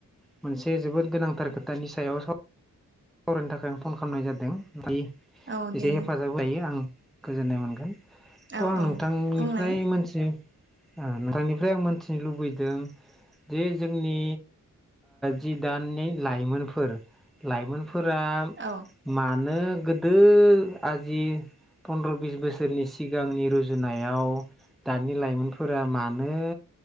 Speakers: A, in the centre; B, on the right.
A: मोनसे जोबोद गोनांथार खोथानि सायाव साव सावरायनो थाखाय आं फन खालामनाय जादों
B: औ
A: एसे
B: दे
A: हेफाजाब लायो आं गोजोननाय मोनगोन थ'
B: औ
A: आं
B: औ
A: नोंथांनिफ्राय
B: बुंलाय
A: मोनसे नोंथांनिफ्राय आं मोनथिनो लुबैदों जे जोंनि जि दानि लाइमोनफोर लाइमोनफोरा
B: औ
A: मा गोदो आजि पनद्र' बिस बोसोरनि सिगांनि रुजुनायाव दानि लाइमोनफोरा मानो